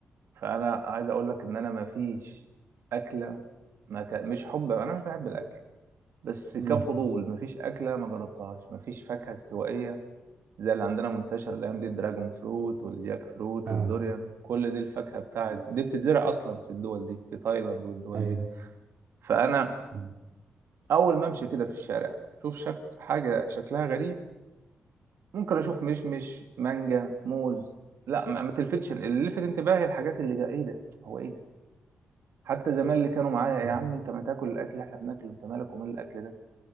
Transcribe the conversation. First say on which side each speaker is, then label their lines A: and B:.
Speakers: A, on the right; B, on the right.
A: فانا عايز اقول لك ان انا ما فيش اكله ما ك... مش حب انا مش بحب الاكل بس
B: مم.
A: كفضول ما فيش اكله ما جربتهاش ما فيش فاكهه استوائيه زي اللي عندنا منتشر الايام دي الدراجون فروت والجاك فروت
B: اه
A: والدوريان كل دي الفاكهه بتاعت
B: مم.
A: دي بتتزرع اصلا في الدول دي في تايلاند والدول
B: ايوه
A: دي فانا
B: مم.
A: اول ما امشي كده في الشارع شوف شك... حاجه شكلها غريب ممكن اشوف مشمش مانجا موز لا ما ما تلفتش اللي لفت انتباهي الحاجات اللي جا ايه ده هو ايه ده حتى زمان اللي كانوا معايا يا
B: مم.
A: عم انت ما تاكل الاكل اللي احنا بناكله انت مالك ومال الاكل ده